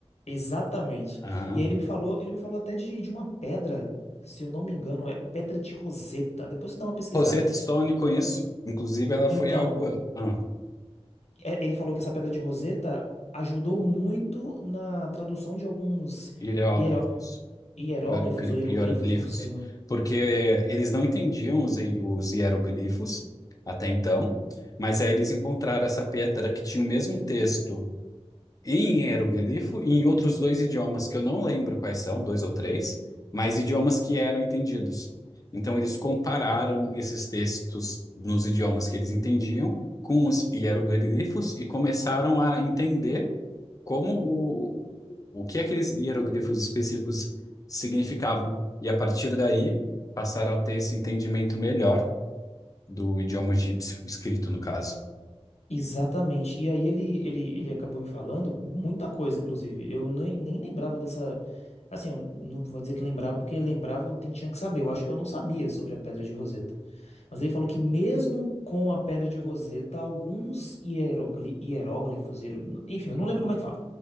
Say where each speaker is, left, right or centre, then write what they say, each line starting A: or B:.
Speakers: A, on the left; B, on the left.
A: exatamente.
B: Aham.
A: E aí ele me falou, ele me falou até de, de uma pedra, se eu não me engano, é pedra de Roseta. Depois você dá uma pesquisada.
B: Rosetta Stone conheço. Inclusive, ela
A: Então,
B: foi algo. Ah,
A: é- ele falou que essa pedra de Roseta ajudou muito na tradução de alguns
B: hidrógrafos.
A: hiero- hieróglifos
B: hierogli-
A: ou hieroglifos,
B: hieroglifos,
A: não sei
B: porque eh, eles não entendiam os, hi- os hieroglifos até então, mas aí eles encontraram essa pedra que tinha o mesmo texto em hieroglifo e em outros dois idiomas que eu não lembro quais são, dois ou três, mas idiomas que eram entendidos. Então eles compararam esses textos nos idiomas que eles entendiam com os hieroglifos e começaram a entender como o, o que aqueles hieróglifos específicos significavam. E a partir daí, passaram a ter esse entendimento melhor do idioma egípcio, escrito no caso.
A: Exatamente. E aí ele, ele, ele acabou me falando muita coisa, inclusive. Eu nem, nem lembrava dessa. Assim, eu não vou dizer que lembrava, porque lembrava eu tin- tinha que saber. Eu acho que eu não sabia sobre a pedra de Roseta. Mas ele falou que mesmo com a pedra de Roseta, alguns hierogli- hieróglifos, hiero- enfim, eu não lembro como é que fala,